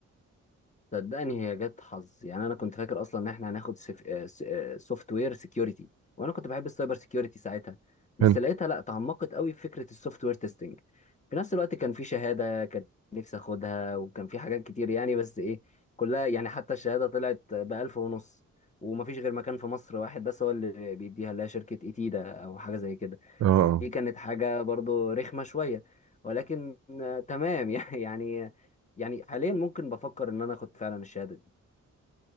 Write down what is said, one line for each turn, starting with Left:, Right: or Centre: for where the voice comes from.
Left: صدقني هي جت حظ يعني انا كنت فاكر اصلا ان احنا هناخد سوفت وير سكيورتي وانا كنت بحب السايبر سكيورتي ساعتها بس
Right: هنا
Left: لقيتها لا تعمقت قوي في فكره السوفت وير تيستنج في نفس الوقت كان في شهاده كان نفسي اخدها وكان في حاجات كتير يعني بس ايه كلها يعني حتى الشهاده طلعت بألف ونص ومفيش غير مكان في مصر واحد بس هو اللي بيديها اللي هي شركه ايتيدا او حاجه زي كده
Right: اه آه.
Left: دي كانت حاجه برضو رخمه شويه ولكن آه، تمام <laughs> يعني يعني حاليا ممكن بفكر ان انا اخد فعلا الشهاده دي